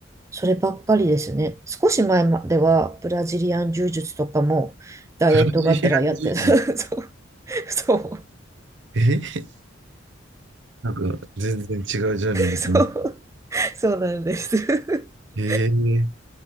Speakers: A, on the right (about 15°); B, on the right (about 65°).
A: そればっかりですね。少し前まではブラジリアン柔術とかもダイエットがあったらやってた。
B: クラシアンジューズ。
A: <laughs> そう、そう、
B: えーなんか、全然違うジャンルだな。
A: そう、そうなんです。<laughs>
B: えー、